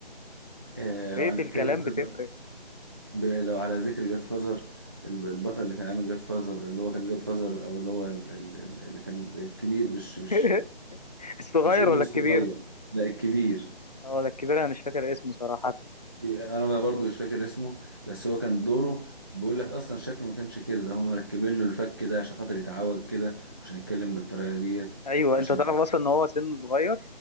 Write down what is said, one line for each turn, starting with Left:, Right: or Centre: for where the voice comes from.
Right: آه
Left: طريقة
Right: لو هنتكلم
Left: الكلام
Right: بقى-
Left: بتفرق
Right: ب- لو على ذكر جاد فازر البطل اللي كان عامل جاد فازر اللي هو كان جاد فازر او اللي هو ال- ال- ال- اللي كان الكبير مش مش
Left: <laughs> الصغير
Right: مش ابنه
Left: ولا
Right: الصغير
Left: الكبير؟
Right: لا الكبير
Left: اه ده الكبير أنا مش فاكر اسمه صراحة
Right: انا بقى برضو مش فاكر اسمه بس هو كان دوره بيقول لك اصلا شكله ما كانش كده ده هم مركبين له الفك ده عشان خاطر يتعوج كده عشان يتكلم بالطريقه ديت
Left: أيوة
Right: وعشان
Left: أنت تعرف أصلا إن هو سنه صغير